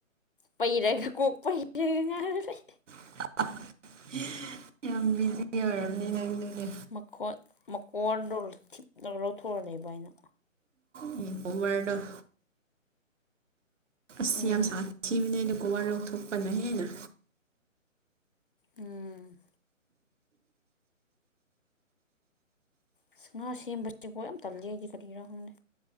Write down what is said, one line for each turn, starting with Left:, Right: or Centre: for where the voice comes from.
Left: ꯄꯩꯔꯒ ꯀꯣꯛ ꯄꯩꯔꯒ ꯉꯥꯏꯔ ꯂꯩ
Right: <unintelligible> ꯌꯥꯝ ꯕꯤꯖꯤ ꯖꯤ ꯑꯣꯏꯔꯝꯅꯤ ꯅꯪꯗꯨꯗꯤ
Left: ꯃꯈꯣꯠ ꯃꯀꯣꯟꯗꯣ ꯊꯤꯞꯂꯒ ꯂꯧꯊꯣꯛꯑ ꯂꯩꯕ ꯑꯩꯅ
Right: ꯎꯝ ꯀꯣꯕꯔꯗꯣ ꯑꯁ
Left: ꯎꯝ
Right: ꯌꯥꯝ ꯁꯥꯊꯤꯕꯅꯦꯗ ꯀꯣꯕꯔ ꯂꯧꯊꯣꯛꯄꯅ ꯍꯦꯟꯅ
Left: ꯎꯝ ꯑꯁ ꯉꯥ ꯁꯦꯝꯕꯁꯦꯀꯣ ꯌꯥꯝ ꯇꯜꯂꯦ ꯑꯩꯗꯤ ꯀꯔꯤꯒꯤꯔꯥ ꯈꯪꯗꯦ